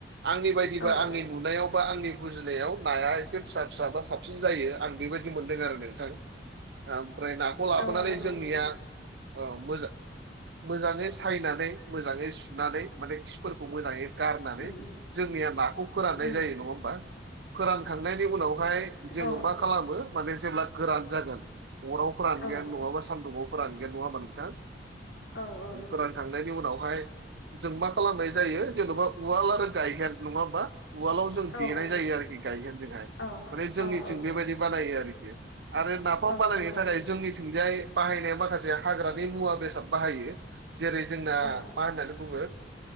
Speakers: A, on the right; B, on the left.
A: आंनि बादिबा
B: औ
A: आंनि नुनायाव बा आंनि बुजिनायाव नाया एसे फिसा फिसा बा साबसिन जायो आं बेबायदि मोनदों आरो नोंथां। ओमफ्राय नाखौ लाबोनानै
B: औ नंगौ
A: जोंनिया
B: नंगौ
A: मोजां मोजाङै सायनानै मोजाङै सुनानै माने खिफोरखौ मोजाङै गारनानै
B: उम
A: जोंनिया नाखौ फोराननाय
B: उम
A: जायो नङा होमबा। फोरानखांनायनि उनाव माय जोङो
B: औ
A: मा खालामो माने जेब्ला गोरान जागोन, अराव फोरान
B: औ
A: गैन नङाबा सान्दुङाव फोरानगोन नङा होमबा नोंथां?
B: औ औ नंगौ
A: फोरानखां नायनि उनावहाय जों मा खालामनाय जायो जेन'बा उवाल आरो गायहेन नङा होमबा उवालाव जों
B: औ
A: देनाय
B: नंगौ
A: जायो आरोखि गायहेनजोंहाय।
B: औ
A: माने जोंनिथिं
B: औ औ
A: बेबायदि बानायो आरोखि। आरो नाफाम
B: औ
A: बानायनो
B: नंगौ
A: थाखाय जोंनि थिंजाय बाहायनाय माखासे हाग्रानि मुवा बेसाद बाहायो। जेरै जोंना
B: औ
A: मा होननानै बुङोओ